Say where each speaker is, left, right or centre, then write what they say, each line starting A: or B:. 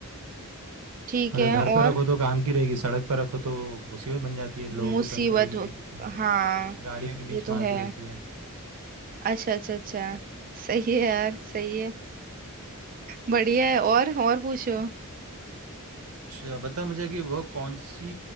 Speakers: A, on the right; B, on the right.
A: ठीक
B: अगर
A: है
B: घर पे
A: और
B: रखो तो काम की रहेगी सड़क पर रखो तो मुसीबत बन जाती है लोगों
A: मुसीबत
B: को तंग करेगी बीच बीच में
A: हाँ
B: गाड़ियों के
A: ये
B: बीच
A: तो
B: में आती
A: है
B: रहती है
A: अच्छा अच्छा अच्छा सही है यार
B: हम्म
A: सही है बढ़िया है और और पूछो
B: अच्छा बता मुझे कि वो कौन सी